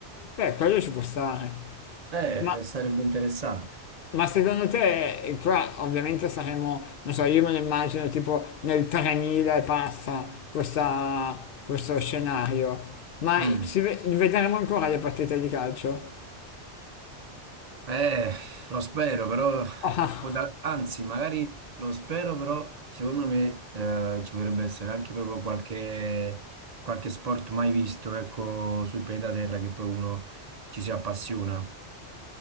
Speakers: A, on the left; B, on the right.
A: beh, quello ci può stare.
B: Eh,
A: Ma
B: sarebbe interessante.
A: Ma secondo te, e qua ovviamente saremo, non so, io me lo immagino tipo nel 3000 e passa questa- questo scenario, ma
B: Mm.
A: si ve- vedremo ancora le partite di calcio?
B: Eh, lo spero, però
A: <laughs>
B: può da- anzi, magari lo spero, però secondo me eh, ci potrebbe essere anche proprio qualche, qualche sport mai visto, ecco, sul pianeta Terra che poi uno ci si appassiona.